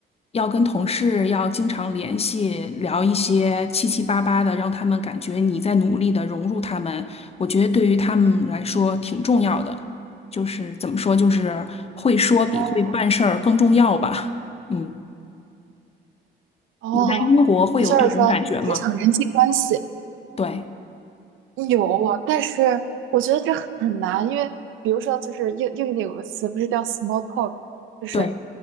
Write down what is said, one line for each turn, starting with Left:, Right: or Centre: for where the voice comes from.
Left: 要跟同事要经常联系，聊一些七七八八的，让他们感觉你在努力的融入他们。我觉得对于他们来说挺重要的，就是怎么说，就是会说比会办事儿更重要吧。
Right: 哦，
Left: 嗯，
Right: 哦，
Left: 你在英国会有这种感觉吗？
Right: 也就是说职场人际关系
Left: 对，
Right: 有啊，但是我觉得这很难，因为比如说，就是英英语里有个词不是叫 small talk，就是
Left: 对，